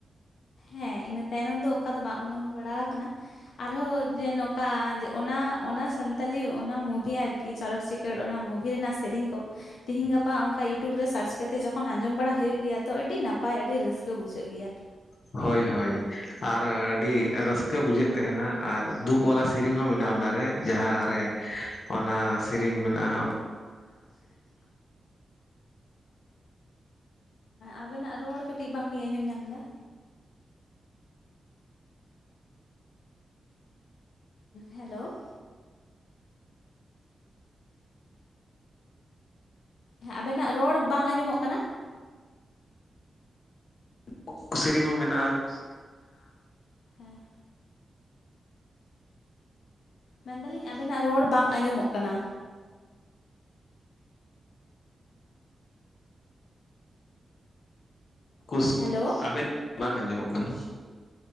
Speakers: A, on the left (about 80°); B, on the left (about 55°).
A: ᱦᱮᱸ ᱤᱱᱟᱹ ᱛᱟᱭᱱᱚᱢ ᱫᱚ ᱚᱱᱠᱟ ᱫᱚ ᱵᱟᱝ ᱩᱰᱩᱝ ᱵᱟᱲᱟᱣ ᱟᱠᱟᱱᱟ ᱟᱨᱦᱚᱸ ᱡᱮ ᱱᱚ ᱝᱠᱟ ᱡᱮ ᱚᱱᱟ ᱚᱱᱟ ᱥᱟᱱᱛᱟᱞᱤ ᱚᱱᱟ ᱢᱩᱵᱷᱤ ᱟᱨ ᱠᱤ ᱪᱚᱨᱚᱠ ᱪᱤᱠᱟᱹᱲ ᱚᱱᱟ ᱢᱩᱵᱷᱤ ᱨᱮᱱᱟᱜ ᱥᱮᱨᱮᱧ ᱠᱚ ᱛᱤᱦᱤᱧ ᱜᱟᱯᱟ ᱚᱱᱠᱟ ᱤᱭᱩᱴᱩᱵᱽ ᱨᱮ ᱥᱟᱨᱪ ᱠᱟᱛᱮᱜ ᱡᱚᱠᱷᱚᱱ ᱟᱸᱡᱚᱢ ᱵᱟᱲᱟ ᱦᱩᱭᱩᱜ ᱜᱮᱭᱟ ᱛᱚ ᱟᱹᱰᱤ ᱱᱟᱯᱟᱭ ᱟᱹᱰᱤ ᱨᱟᱹᱥᱠᱟᱹ ᱵᱩᱡᱷᱟᱹᱜ ᱜᱮᱭᱟ᱾
B: ᱦᱳᱭ ᱦᱳᱭ ᱟᱨ ᱟᱹᱰᱤ ᱨᱟᱹᱥᱠᱟᱹ ᱵᱩᱡᱷᱟᱹᱜ ᱛᱟᱸᱦᱮᱱᱟ ᱟᱨ ᱫᱩᱠ ᱵᱟᱞᱟ ᱥᱮᱤᱨᱧ ᱦᱚᱸ ᱢᱮᱱᱟᱜᱼᱟ ᱚᱱᱟᱨᱮ᱾ ᱡᱟᱦᱟᱸ ᱨᱮ ᱚᱱᱟ ᱥᱮᱨᱮᱧ ᱢᱮᱱᱟᱜᱼᱟ ᱦᱟᱸᱜ
A: ᱚᱱᱟ ᱥᱮᱨᱮᱧ ᱟᱵᱮᱱᱟᱜ ᱨᱚᱲ ᱠᱟᱹᱴᱤᱡ ᱵᱟᱝᱞᱤᱧ ᱟᱸᱡᱚᱢ ᱧᱟᱢ ᱮᱫᱟ᱾ ᱦᱮᱞᱳᱣ ᱦᱮᱸ ᱟᱵᱮᱱᱟᱜ ᱨᱚᱲ ᱵᱟᱝ ᱟᱸᱡᱚᱢᱚᱜ ᱠᱟᱱᱟ᱾
B: <unintelligible> ᱥᱮᱨᱮᱧ ᱦᱚᱸ ᱢᱮᱱᱟᱜᱼᱟ᱾
A: ᱥᱮᱨᱮᱧ ᱢᱮᱱᱟᱜᱼᱟ᱾ ᱦᱩᱸ ᱢᱮᱱᱫᱟᱞᱤᱧ ᱟᱵᱮᱱᱟᱜ ᱨᱚᱲ ᱵᱟᱝ ᱟᱸᱡᱚᱢᱚᱜ ᱠᱟᱱᱟ᱾
B: <unintelligible>
A: ᱦᱮᱞᱳ
B: ᱟᱵᱮᱱ ᱵᱟᱝ ᱟᱸᱡᱚᱢᱚᱜ ᱠᱟᱱᱟ,